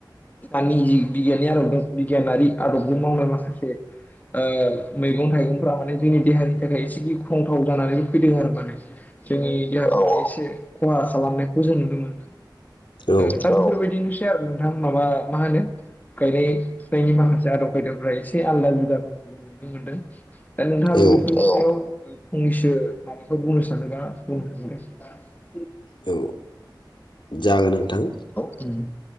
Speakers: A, on the left (about 20°); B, on the left (about 80°).
A: आंनि जि बिगियाननि आदब दों बिगियानारि आदबजों मावनाय माखासे ओ मैगं थाइगंफोरा माने जोंनि देहानि थाखाय एसे गिख्रंथाव जानानैबो फैदों आरो माने जोंनि देहाखौ एसे खहा खालामनायखौ जों नुनो मोनदों
B: औ
A: ओ दा बेफोरबायदिनोसै आरो नोंथां माबा मा होनो गायनाय फुनायनि माखासे आदब खायदाफ्रा एसे आलदा जुदाखौ जों नुनो मोनदों दा नोंथाङाबो
B: औ औ
A: बेफोरनि सायाव फंनैसो माबाफोर बुंनो सानोबा बुंनो हागोन दे
B: औ जागोन नोंथां
A: उम